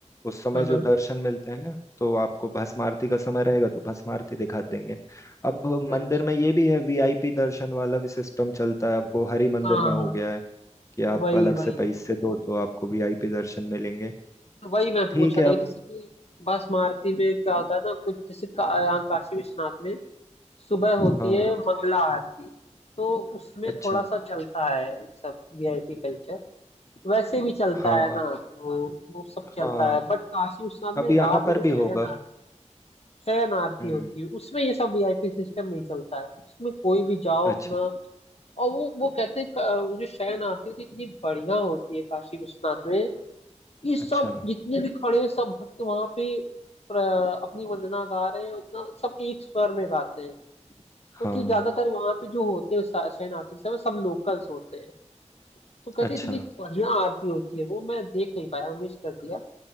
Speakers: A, on the left; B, on the left.
A: उस समय
B: हाँ
A: जो
B: हाँ
A: दर्शन मिलते हैं तो आपको भस्म आरती का समय रहेगा तो भस्म आरती दिखा देंगे अब
B: अच्छा
A: मंदिर में ये भी है वीआईपी दर्शन वाला भी सिस्टम चलता है अब वो हरि मंदिर
B: हाँ
A: में हो गया है कि आप
B: वही
A: अलग से
B: वही वही
A: पैसे दो तो आपको वीआईपी दर्शन मिलेंगे
B: तो वही मैं
A: ठीक
B: पूछा
A: है
B: था
A: अब
B: कि जैसे कि बासमती में क्या होता है ना कुछ जैसे का, यहाँ काशी विश्वनाथ में सुबह होती
A: हाँ
B: है मंगला आरती तो उसमें
A: अच्छा
B: थोड़ा सा चलता है ये सब वीआईपी कल्चर वैसे भी चलता
A: हाँ
B: है
A: हाँ
B: ना तो वो सब चलता
A: हाँ
B: है बट काशी विश्वनाथ
A: अब
B: में
A: यहाँ
B: रात में
A: पर
B: जो शयन
A: भी होगा
B: आरती शयन आरती
A: हम्म
B: होती है उसमें ये सब वीआईपी सिस्टम नहीं चलता है उसमें कोई भी जाओ
A: अच्छा
B: अपना और वो वो कहते हैं क- वो जो शयन आरती होती है इतनी बढ़िया होती है काशी विश्वनाथ में कि सब
A: अच्छा
B: जितने भी खड़े हैं, सब भक्त वहां पे प्र- अपनी वंदना गा रहे हैं और इतना सब एक स्वर में गाते हैं क्योंकि
A: हाँ
B: ज्यादातर वहां पे जो होते हैं शा- शाइन आर्टिस्ट है वो सब लोकल्स होते हैं तो कहते
A: अच्छा
B: हैं, इतनी बढ़िया आरती होती है वो मैं देख नहीं पाया मिस कर दिया